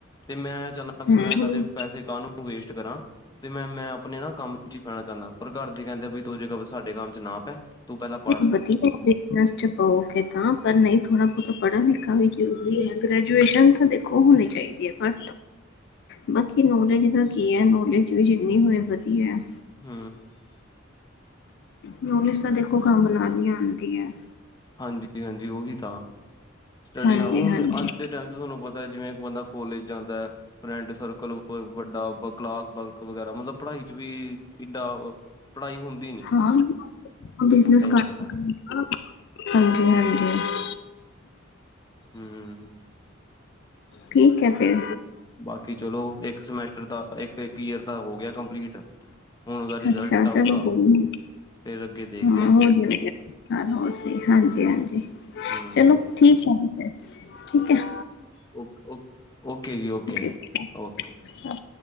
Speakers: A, on the left; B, on the left.
A: ਤੇ ਮੈਂ ਚਾਹੁੰਣਾ ਬੀ
B: ਹਮ
A: ਮੈਂ ਏਨਾਂ ਦੇ ਪੈਸੇ ਕਾਹਨੂ ਵੇਸਟ ਕਰਾਂ ਤੇ ਮੈਂ, ਮੈਂ ਅਪਣੇ ਨਾ ਕੰਮ ਚ ਹੀ ਪੈਣਾ ਚਾਹਣਾ ਪਰ ਘਰ ਦੇ ਕੈੰਦੇ ਬਈ ਤੂੰ ਜੇ ਕ ਬਸ ਸਾਡੇ ਕੰਮ ਚ ਨਾ ਪੈ। ਤੂੰ ਪਹਿਲਾਂ ਪੜ੍ਹ
B: <unintelligible> ਬਿਜਨਸ ਚ ਪਾਓਗੇ ਤਾਂ ਪਰ ਨਹੀਂ ਥੋੜ੍ਹਾ ਬਹੁਤਾ ਪੜ੍ਹਾ ਲਿਖਾ ਵੀ ਜ਼ਰੂਰੀ ਹੈ ਗ੍ਰੈਜੂਏਸ਼ਨ ਤਾ ਦੇਖੋ ਦਖੋ ਹੋਨੀ ਚਾਹੀਦੀ ਪਰ
A: <inaudible>
B: ਬਾਕੀ ਨੌਲੇਜ ਦਾ ਕੀ ਹੈ ਨੌਲੇਜ ਵੀ ਜਿੰਨੀ ਹੋਈ ਵਧੀਆ।
A: ਹੁ
B: ਨੋਲਿਜ਼ ਤਾਂ ਦੇਖੋ ਕੰਮ ਨਾਲ ਹੀ ਆਂਦੀ ਹੈ।
A: ਹਾਂਜੀ-ਹਾਂਜੀ ਉਹੀ ਤਾ। ਸਟੱਡੀ
B: ਹਾਂਜੀ
A: ਆ ਹੁਣ
B: ਹਾਂਜੀ
A: ਅੱਜ ਦੇ ਟਾਈਮ ਚ ਤੁਹਾਨੂੰ ਪਤਾ ਜਿਵੇਂ ਬੰਦਾ ਕੋਲੇਜ ਜਾਂਦਾ ਹੈ ਫਰੈਂਡਸ ਸਰਕਲ ਵ-ਵੱਡਾ ਕਲਾਸ ਬੰਕ ਵਗੈਰਾ ਮਤਲਬ ਪੜ੍ਹਾਈ ਚ ਵੀ ਜ਼ਿੰਦਾ ਅ ਪੜ੍ਹਾਈ ਹੁੰਦ
B: ਹਾਂ, ਬਿਜਨਸ ਕਾਰ
A: ਹੈ
B: <unintelligible> ਹਾਂਜੀ-ਹਾਂਜੀ।
A: <inaudible> ਹੂੰ।
B: ਠੀਕ ਏ ਫੇਰ।
A: ਬਾਕੀ ਚਲੋ, ਏਕ ਸਮੈਸਟਰ ਤਾ ਏਕ-ਏਕ ਈਅਰ ਦਾ ਹੋ ਗੇਆ ਕੰਪਲੀਟ ਹੁਣ ਉਹਦਾ ਰਿਜ਼ਲਟ
B: ਅੱਛਾ,
A: ਆਊਗਾ
B: ਚਲੋ ਕੋਈ ਨੀ।
A: ਫੇਰ ਅੱਗੇ ਦੇਖਦੇ
B: ਹਾਂ, ਹੋਰ ਵਦੀਆ ਕਾੱਲ ਹੋਰ ਸਈ ਹਾਂਜੀ-ਹਾਂਜੀ,
A: ਹੂੰ,
B: ਚਲੋ। ਠੀ <unintelligible> ਠੀਕ ਐ।
A: ਓਕ-ਓਕ ਓਕੇ ਜੀ ਓਕੇ,
B: ਜੀ ਸਤਿ
A: ਓਕੇ।
B: ਸ਼੍ਰੀ ਅਕਾਲ